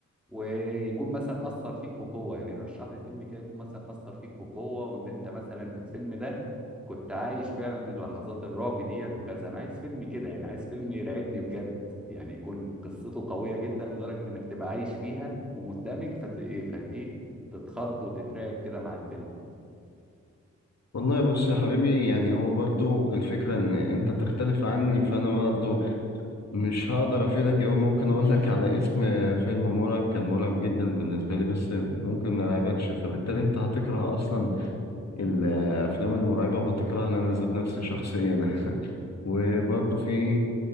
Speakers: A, in the centre; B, on the left.
A: ويكون مثلا اثر فيك بقوه يعني رشح لي فيلم كده يكون مثلا اثر فيك بقوه وان انت مثلا في الفيلم ده كنت عايش فعلا اللحظات الرعب ديت وكذا انا عايز فيلم كده يعني عايز فيلم يرعبني بجد يعني يكون قصته قوية جدا لدرجة انك تبقى عايش فيها ومندمج فت ايه فت ايه تتخض وتترعب كده مع الفيلم
B: والله بص يا حبيبي يعني هو برضو الفكره ان انت تختلف عني فانا برضو مش هقدر افيدك قوي ممكن اقول لك على اسم فيلم مرعب كان مرعب جدا بالنسبه لي بس ممكن ما يرعبكش فبالتالي انت هتكره اصلا الافلام المرعبه وهتكرهنا انا ذات نفسي شخصيا <laughs> وبرضه في